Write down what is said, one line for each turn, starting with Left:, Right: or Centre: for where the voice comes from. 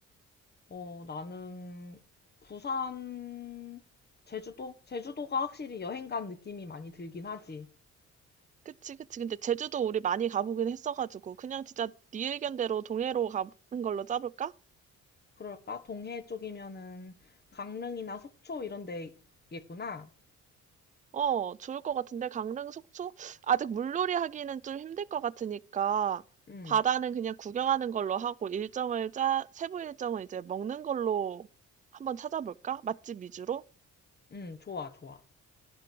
Left: 어, 나는 부산, 제주도? 제주도가 확실히 여행 간 느낌이 많이 들긴 하지.
Right: 그치, 그치. 근데 제주도 우리 많이 가보긴 했어가지고, 그냥 진짜 네 의견대로 동해로 가는 걸로 짜볼까?
Left: 그럴까? 동해 쪽이면은 강릉이나 속초 이런 데겠구나.
Right: 어, 좋을 것 같은데, 강릉, 속초? 아직 물놀이 하기는 좀 힘들 것 같으니까,
Left: 응,
Right: 바다는 그냥 구경하는 걸로 하고, 일정을 짜, 세부 일정은 이제 먹는 걸로 한번 찾아볼까? 맛집 위주로?
Left: 응, 좋아, 좋아.